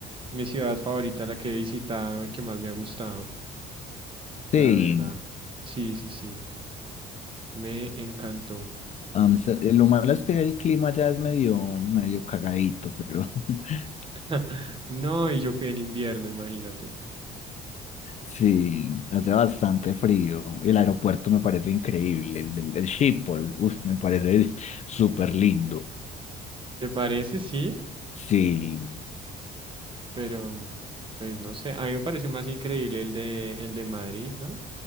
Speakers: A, on the right; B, on the left.
A: mi ciudad favorita, la que he visitado y que más me ha gustado, la
B: Sí.
A: verdad. Sí, sí, sí, me encantó.
B: Ámsterdam- lo malo es que el clima ya es medio, medio cagadito, pero <laughs>
A: <laughs> No, y yo fui en invierno, imagínate.
B: sí, hace bastante frío. El aeropuerto me parece increíble, el, del- el, Schiphol, uf, me parece <laughs> súper lindo.
A: ¿Te parece? Sí,
B: Sí,
A: pero pues no sé, a mí me parece más increíble el de, el de Madrid, ¿no?